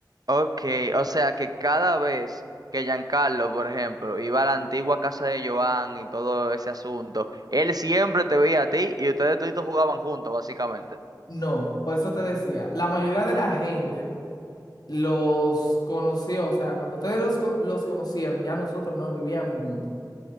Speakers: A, on the right; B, on the left.
A: Ok, o sea que cada vez que Giancarlo, por ejemplo, iba a la antigua casa de Joan y todo ese asunto, él siempre te veía a ti y ustedes toditos jugaban juntos, básicamente.
B: No, por eso te decía, la mayoría de la gente los conoció, o sea, cuando ustedes los, co- los conocieron, ya nosotros no vivíamos juntos,